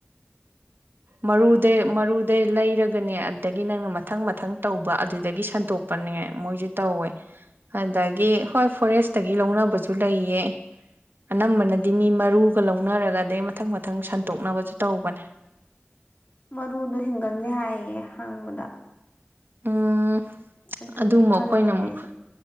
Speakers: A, on the right; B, on the left.
A: ꯃꯔꯨꯗꯩ ꯃꯔꯨꯗꯩ ꯂꯩꯔꯒꯅꯦ ꯑꯗꯨꯗꯒꯤ ꯅꯪꯅ ꯃꯊꯪ ꯃꯊꯪ ꯇꯧꯕ ꯑꯗꯨꯗꯒꯤ ꯁꯟꯇꯣꯛꯄꯅꯦ ꯃꯣꯏꯁꯨ ꯇꯧꯋꯦ ꯑꯗꯒꯤ ꯍꯣꯏ ꯐꯣꯔꯦꯁꯇꯒꯤ ꯂꯧꯅꯕꯁꯨ ꯂꯩꯌꯦ ꯑꯅꯝꯕꯅꯗꯤ ꯃꯤ ꯃꯔꯨꯒ ꯂꯧꯅꯔꯒ ꯑꯗꯗꯒꯤ ꯃꯊꯪ ꯃꯊꯪ ꯁꯟꯇꯣꯛꯅꯕꯁꯨ ꯇꯧꯕꯅꯦ
B: ꯃꯔꯨꯗꯣ ꯍꯤꯡꯒꯟꯗꯦ ꯍꯥꯏꯌꯦ ꯍꯥꯡꯕꯗ
A: ꯎꯝ
B: ꯑꯗꯨꯒꯤ
A: ꯑꯗꯨꯃ
B: ꯈꯜꯂꯤꯅꯦ
A: ꯑꯩꯈꯣꯏꯅ ꯑꯃꯨꯛ
B: ꯑꯩꯁꯨ